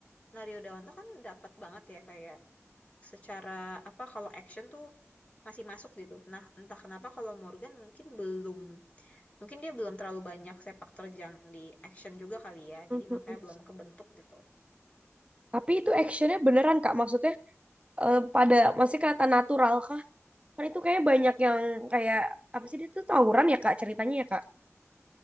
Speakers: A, on the left; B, on the right.
A: Nah, Rio Dewanto kan dapat banget ya kayak secara apa kalau action tuh masih masuk gitu. Nah, entah kenapa kalau Morgan mungkin belum mungkin dia belum terlalu banyak sepak terjang di action juga kali ya.
B: Mhm.
A: Jadi makanya belum kebentuk gitu.
B: Tapi itu actionnya beneran kak maksudnya eh, pada masih kelihatan natural kah? Kan itu kayak banyak yang kayak apa sih dia tuh tawuran ya kak ceritanya ya kak.